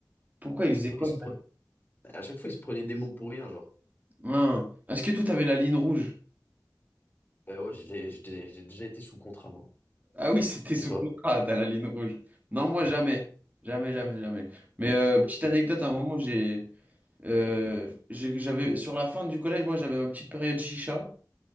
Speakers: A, on the right; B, on the left.
A: Pourquoi il
B: Il
A: faisait
B: se pre-
A: quoi?
B: il se pre-
A: là
B: À chaque fois, il se prenait des mots pour rien, genre.
A: Hein. Est-ce que toi, t'avais la ligne rouge?
B: Euh, ouais, j'ai j'ai- j'ai déjà été sous contrat, moi.
A: Ah oui, <laughs> c'était sous
B: Et toi?
A: contrat, t'as la ligne rouge. Non, moi, jamais. Jamais, jamais, jamais. Mais euh, petite anecdote, à un moment, j'ai, euh, j'ai- j'avais, sur la fin du collège, moi, j'avais ma petite période chicha.